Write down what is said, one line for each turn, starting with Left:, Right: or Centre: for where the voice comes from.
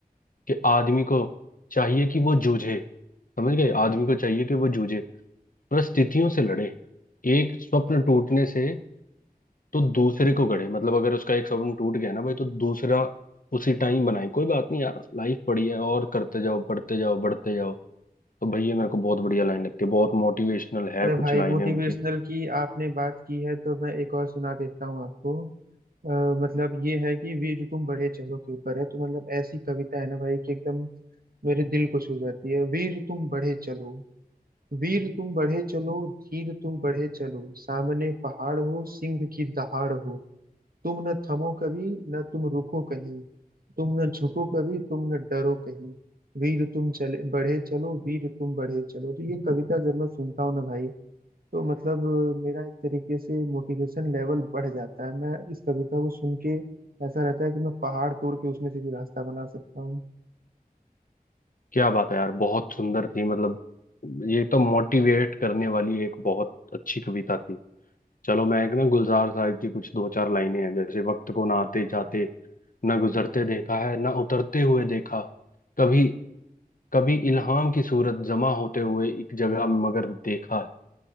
Left: कि आदमी को चाहिए कि वो जूझे समझ गए आदमी को चाहिए कि वो जूझे परिस्थितियों से लड़े एक स्वप्न टूटने से तो दूसरे को गढ़े मतलब अगर उसका एक स्वप्न टूट गया ना भाई तो दूसरा उसी टाइम बनाए कोई बात नहीं यार लाइफ बड़ी है और करते जाओ बढ़ते जाओ बढ़ते जाओ तो भाई ये मेरे को बहुत बढ़िया लाइन लगती है बहुत मोटिवेशनल है
Right: अरे
Left: कुछ
Right: भाई
Left: लाइनें
Right: मोटिवेशनल
Left: उनकी
Right: की आपने बात की है तो मैं एक और सुना देता हूँ आपको अ, मतलब ये है कि वीर तो तुम बढ़े चलो के ऊपर है तो मतलब ऐसी कविता है ना भाई कि एकदम मेरे दिल को छू जाती है वीर तुम बढ़े चलो वीर तुम बढ़े चलो धीर तुम बढ़े चलो सामने पहाड़ हो सिंह की दहाड़ हो तुम न थमो कभी न तुम रुको कहीं तुम न झुको कभी तुम न डरो कहीं वीर तुम चले बढ़े चलो वीर तुम बढ़े चलो तो ये कविता जब मैं सुनता हूँ ना भाई तो मतलब अ, मेरा एक तरीके से मोटिवेशन लेवल बढ़ जाता है मैं इस कविता को सुन के ऐसा रहता है कि मैं पहाड़ तोड़ के उसमें से भी रास्ता बना सकता हूँ
Left: क्या बात है यार बहुत सुंदर थी मतलब ये तो मोटिवेट करने वाली एक बहुत अच्छी कविता थी चलो मैं एक ना गुलजार साहब की कुछ दो चार लाइनें हैं जैसे वक्त को ना आते जाते ना गुजरते देखा है ना उतरते हुए देखा कभी कभी इल्हाम की सूरत जमा होते हुए एक जगह मगर देखा है